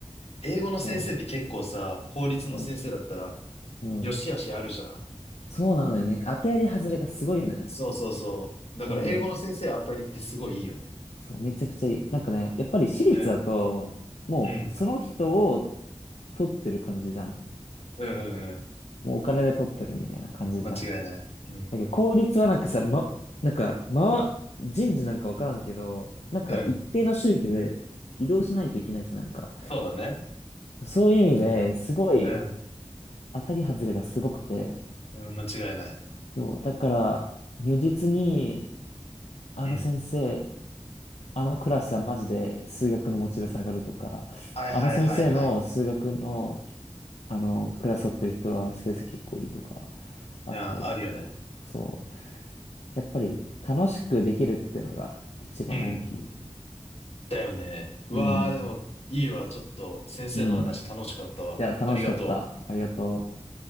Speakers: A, on the left (about 65°); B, on the left (about 80°).
A: 英語の先生って結構さ、
B: そ
A: 公立の先生だったら、
B: う。うん、
A: よしあしあるじゃん。
B: うん。そうなのよね。当てやり外れがすごいのよ。
A: そうそうそう。だから英語の先生当たりってすごいいいよね。
B: なんかね、そう、めちゃくちゃいい。なんかね、やっぱり私立だと、
A: うん、
B: もうその人を
A: うん、
B: 取ってる感じじゃん。
A: うん、うんうん
B: もうお金で取ってるみたいな感じじゃん。
A: 間違いない。うん、
B: なんか効率はなんかさ、ま、なんか、ま、人事なんかわからんけど、なんか一定の周期で移動しないといけないですなんか。
A: うん。そうだね。
B: そういう意味ですごい
A: うん、
B: 当たり外れがすごくて、
A: うん間違いない。
B: そう、だから如実にあの先生
A: うん。
B: あのクラスはマジで数学のモチベ下がるとか、
A: はいはいはいはい。
B: あの先生の数学の、あのクラス取ってる人は成績結構いいとか、あったりとか、
A: あー、あるよね。
B: そう。やっぱり楽しくできるっていうのが一番大きい。
A: うん。だよね。うわあ、
B: うん。
A: でも、いいわ。ちょっと、先生の話楽しかったわ。
B: うん。いや、楽しかった。
A: ありがとう。
B: ありがとう。